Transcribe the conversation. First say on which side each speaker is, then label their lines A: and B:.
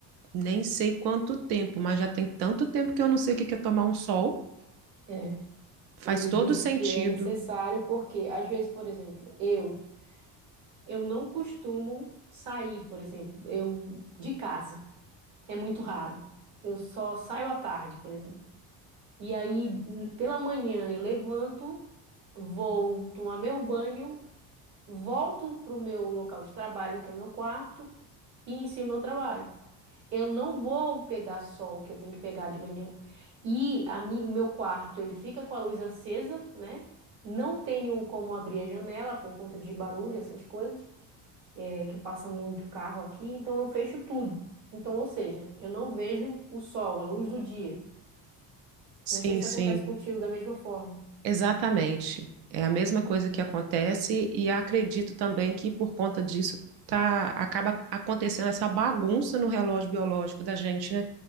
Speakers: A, on the right; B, on the right.
A: nem sei quanto tempo, mas já tem tanto tempo que eu não sei o que que é tomar um sol.
B: É,
A: Faz
B: eles
A: todo
B: dizem
A: sentido.
B: que é necessário porque, às vezes, por exemplo, eu Eu não costumo sair, por exemplo, eu de casa. É muito raro. Eu só saio à tarde, por exemplo. E aí, n- pela manhã, eu levanto, vou tomar meu banho, volto para o meu local de trabalho, que é o meu quarto, e inicio meu trabalho. Eu não vou pegar sol, que eu tenho que pegar de manhã. E a mi- o meu quarto, ele fica com a luz acesa, né? Não tenho como abrir a janela por conta de barulho, essas coisas é que passa muito carro aqui, então eu fecho tudo. Então, ou seja, eu não vejo o sol, a luz do dia.
A: Sim,
B: Não sei se
A: sim.
B: acontece contigo da mesma forma.
A: Exatamente. É a mesma coisa que acontece, e acredito também que por conta disso tá, acaba acontecendo essa bagunça no relógio biológico da gente, né?